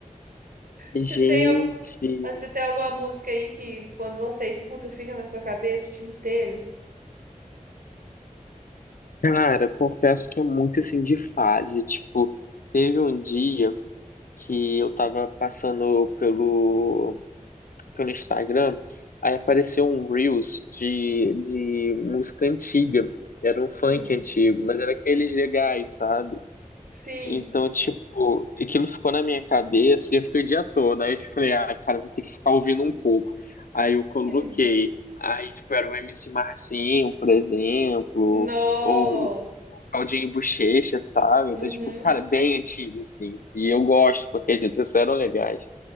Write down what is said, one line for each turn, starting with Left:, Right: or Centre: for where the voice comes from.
Right: Você
Left: Gente,
Right: tem, al- você tem alguma música aí que quando você escuta fica na sua cabeça o dia inteiro?
Left: cara, confesso que é muito assim de fase. Tipo, teve um dia que eu tava passando pelo pelo Instagram, aí apareceu um Reels de, de música antiga. Era um funk
Right: Uhum.
Left: antigo, mas era aqueles legais, sabe?
Right: Sim.
Left: Então, tipo, aquilo ficou na minha cabeça e eu fiquei o dia todo. Aí eu tipo, falei, ah, cara, vou ter que ficar ouvindo um pouco. Aí eu coloquei.
Right: <laughs>
Left: Aí, tipo, era o MC Marcinho, por exemplo,
Right: Nossa.
Left: ou o Claudinho Buchecha, sabe?
Right: Uhum.
Left: Então, tipo, cara, bem antigo, assim. E eu gosto, porque as letras eram legais.